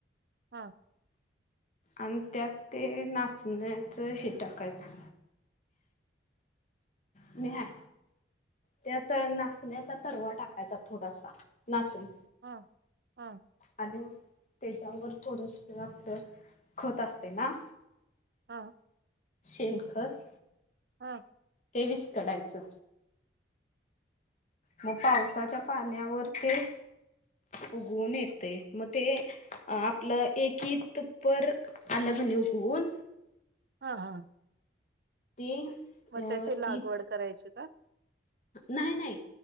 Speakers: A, on the right; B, on the left.
A: ह
B: आणि त्यात ते नाचण्याचं हे टाकायचं. मी हाय त्यात नाचण्याचा तरवा टाकायचा थोडासा नाचणं.
A: हा हा
B: आणि त्याच्यावर थोडस आपलं खत असते ना
A: हा
B: शेनखत
A: हा
B: तेवीस काढायचं मग पावसाच्या पाण्यावर ते उघवून येतय मग ते आपलं एकत पर अलग निवघून
A: हा हा
B: ते
A: मग
B: अ
A: त्याची लागवड
B: इत
A: करायची का
B: नाही नाही